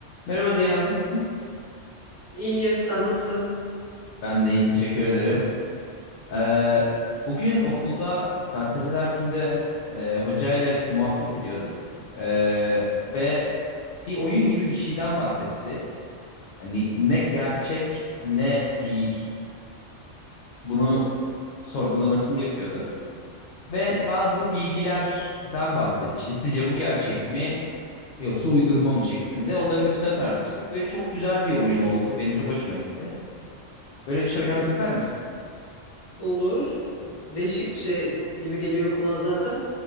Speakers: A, on the left (about 60°); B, on the left (about 30°).
A: Merhaba Ceylan, nasılsın?
B: İyiyim, sen nasılsın?
A: Ben de iyiyim, teşekkür ederim. Ee, bugün okulda felsefe dersinde e, hocayla işte muhabbet ediyorduk. Ee, ve bir oyun gibi bir şeyden bahsetti. Hani ne gerçek ne değil. Bunu sorgulamasını yapıyorduk. Ve bazı bilgilerden bahsetti. İşte sizce bu gerçek mi yoksa uydurma mı şeklinde. Onların üstüne tartıştık ve çok güzel bir oyun oldu. Benim çok hoşuma gitti. Böyle bir şey oynamak
B: Hı,
A: ister misin?
B: olur. Değişik bir şey gibi geliyor kulağa zaten.